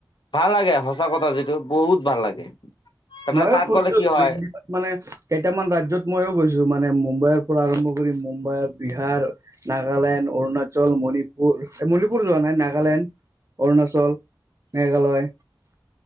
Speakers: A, on the left; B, on the right.
A: ভাল লাগে সঁচা কথা যিটো বহুত ভাল লাগে, তাৰমানে
B: ময়ো
A: তাত
B: ফুৰিলো
A: গ'লে কি হয়।
B: দিল্লীত মানে কেইটামান ৰাজ্যত মইয়ো গৈছোঁ, মানে মুম্বাইৰ পৰা আৰম্ভ কৰি মুম্বাই বিহাৰ নাগালেণ্ড, অৰুণাচল, মণিপুৰ, মণিপুৰ যোৱা নাই নাগালেণ্ড অৰুণাচল। মেঘালয়।